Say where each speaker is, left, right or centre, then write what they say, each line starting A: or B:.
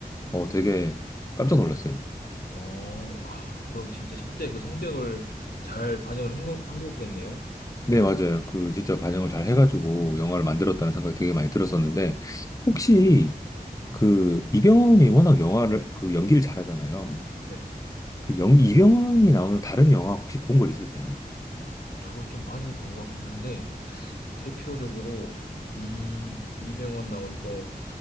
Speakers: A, on the left; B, on the left.
A: 어, 되게 깜짝 놀랐어요.
B: 어, 와, 그럼 진짜 실제 그 성격을 잘 반영을 한, 거, 한 거겠네요?
A: 네, 맞아요. 그 진짜 반영을 잘 해가지고 영화를 만들었다는 생각이 되게 많이 들었었는데 혹시 그 이병헌이 워낙 영화를 그 연기를 잘하잖아요.
B: 네.
A: 그 영, 이병헌이 나오는 다른 영화 혹시 본 거 있으세요?
B: 저 좀 많이 본 것 같긴 한데, 대표적으로, 음, 이병헌 나온 거,